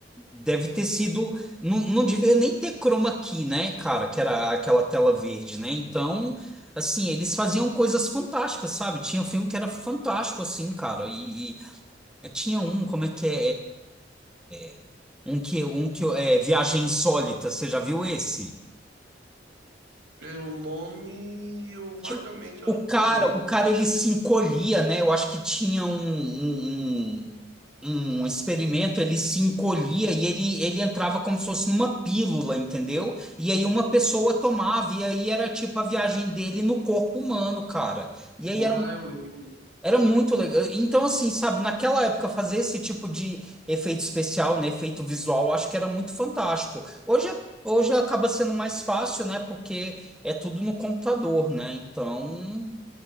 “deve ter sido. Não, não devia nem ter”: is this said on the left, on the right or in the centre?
Centre